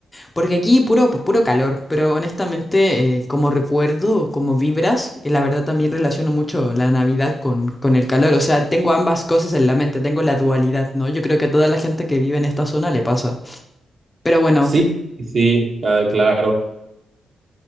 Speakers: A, on the left (about 15°); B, on the right (about 45°).
A: porque aquí puro, pues, puro calor. Pero honestamente, eh, como recuerdo, como vibras, y la verdad también relaciono mucho la Navidad con, con el calor. O sea, tengo ambas cosas en la mente, tengo la dualidad, ¿no? Yo creo que a toda la gente que vive en esta zona le pasa. Pero bueno,
B: Sí, sí, sí, ah, claro.